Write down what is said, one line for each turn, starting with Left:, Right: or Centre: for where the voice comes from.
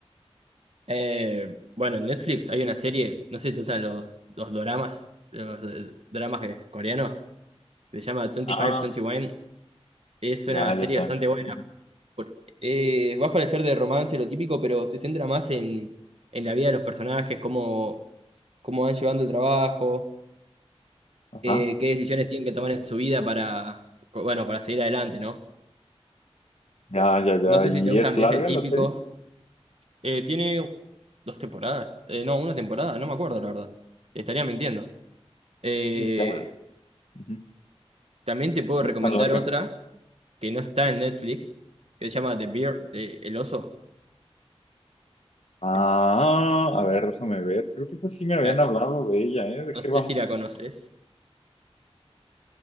Right: Eh, bueno, en Netflix hay una serie, no sé si te gustan los, los doramas, los eh, dramas que- coreanos, se llama 25-21.
Left: Ah,
Right: Es
Left: ya,
Right: una serie
Left: ya, ya.
Right: bastante buena.
Left: Ujú.
Right: por- eh, va a parecer de romance lo típico, pero se centra más en, en la vida de los personajes, cómo, cómo van llevando el trabajo,
Left: Ajá.
Right: eh, qué decisiones tienen que tomar en su vida para, bueno, para seguir adelante, ¿no?
Left: Ya, ya, ya.
Right: No sé
Left: ¿Y
Right: si te gustan
Left: es larga
Right: de ese típico.
Left: la serie?
Right: Eh, tiene dos temporadas, eh, no, una temporada, no me acuerdo la verdad. Te estaría mintiendo. Eh,
Left: Sí, Ya. Ujú.
Right: también te puedo
Left: No
Right: recomendar
Left: es tan larga.
Right: otra que no está en Netflix, que se llama The Bear, de- El Oso.
Left: Ah,
Right: De-
Left: a ver, déjame ver. Creo que pues sí me habían
Right: la-
Left: hablado de ella, ¿eh? ¿De
Right: no
Left: qué
Right: sé
Left: vamos?
Right: si la conoces.